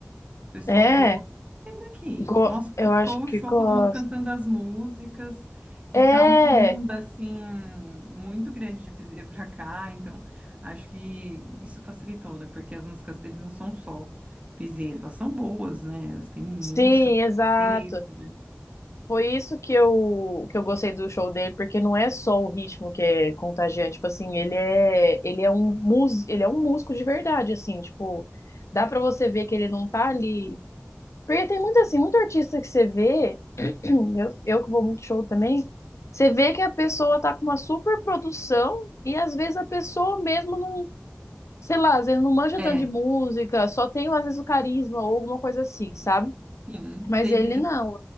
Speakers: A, on the right; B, on the left.
A: O pessoal
B: é,
A: gosta dele aqui.
B: go-
A: Nossa,
B: eu
A: lotou
B: acho que
A: o show,
B: gosto.
A: todo mundo cantando as músicas,
B: É,
A: e tá uma onda, assim, muito grande de piseiro pra cá, então acho que isso facilitou, né? Porque as músicas deles não são só piseiro, elas são boas, né? Elas têm música,
B: sim, exato.
A: têm letra, né?
B: Foi isso que eu, que eu gostei do show dele, porque não é só o ritmo que é contagiante, tipo assim, ele é, ele é um músico, ele é um músico de verdade, assim, tipo, dá pra você ver que ele não tá ali. Porque tem muito assim, muito artista que você vê, <clears throat> eu, eu que vou muito show também, você vê que a pessoa tá com uma super produção e às vezes a pessoa mesmo não, sei lá, às vezes não manja
A: É,
B: tanto de música, só tem às vezes o carisma ou alguma coisa assim, sabe?
A: sim,
B: Mas
A: sei
B: ele
A: bem.
B: não.